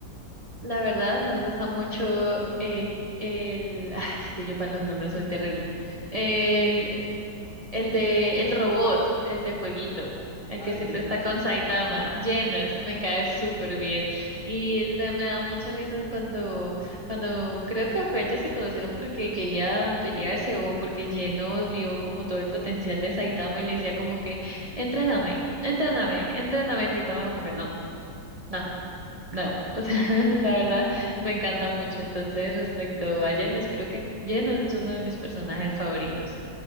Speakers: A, on the right; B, on the left.
A: La verdad, me gusta mucho eh, el... <laughs> ah, es que yo para los nombres
B: <laughs>
A: soy terrible. El, el de el robot, el de Fueguito, el
B: Ah,
A: que siempre
B: llenos.
A: está con Saitama, llenos, me cae súper bien. Y la- me da muchas risas cuando, cuando creo que fue, ellos se conocieron porque querían pelearse o porque llenos vio como todo el potencial de Saitama y le decía como que, entréname, entréname, entréname, y Saitama como que no. No. No, o sea, <laughs> la verdad me encanta mucho. Entonces, respecto a Genos, creo que Genos es uno de mis personajes favoritos.